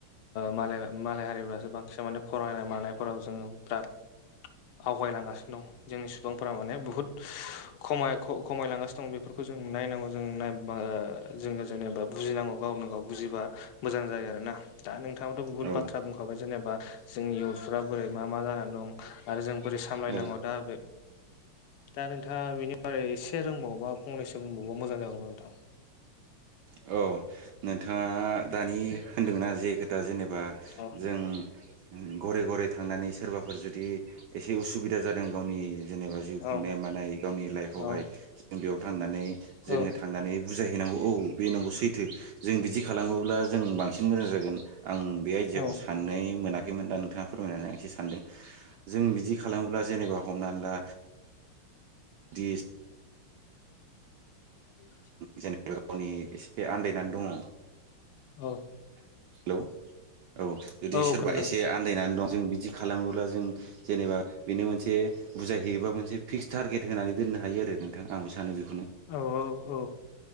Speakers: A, on the left; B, on the right.
A: मालाय हारिफ्रासो बांसिन माने फरायनाय मानायफोराव जों बिराद आवगायलांगासिनो दं जोंनि सुबुंफोरा माने बुहुत खमायलांगासिनो दं बेफोरखौ जों नायनांगौ जों नाय जोङो जेनेबा बुजिनांगौ गावनो गाव बुजिबा मोजां मोजां जायो आरोना दा नोंथांआथ बुहुत
B: औ
A: बाथ्रा बुंखाबाय जेनेबा जोंनि इउथ्फ्रा बोरै मा मा जानानै दं आरो जों बोरै सामलायनांगौ
B: औ
A: दा बे दा नोंथाङा बेनि बारै एसे रोंबाव बा फंनैसो बुंबावबा मोजां जागौ नोंथां
B: औ नोंथाङा दानि होन्दों ना जे खोथा जेनेबा
A: औ
B: जों घरे घरे थांनानै सोरबाफोर जुदि एसे उसुबिदा जादों गावनि जेनेबा जिउ
A: औ
B: खुंनाय मानाय गावनि लाइफआवहाय
A: औ
B: जों बेयाव थांनानै जोङो
A: औ
B: थांनानै बुजायहैनांगौ औ बेनांगौ सैथो जों बिदि खालाम बुंङोब्ला जों बांसिन मोजां जागोन आं बे आइडियाखौ
A: औ
B: साननाय मोनाखैमोन दा नोंथाङा फोरमायनानै आं एसे सानदों जों बिदि खालामोब्ला जेनेबा हमनानै ला दि
A: <inaudible>
B: जेनेबा गावनि एसे आन्दायनानै दङ
A: औ
B: हेलौ औ जुदि
A: औ
B: सोरबा
A: खोनादों
B: एसे आन्दायनानै दं जों बिदि खालामोब्ला जों जेनेबा बेनो मोनसे बुजाय हैैयोबा मोनसे फिक्स टारगेट होनानै दोननो हायो आरो नोंथां आंबो सानो बेखौ
A: औ औ औ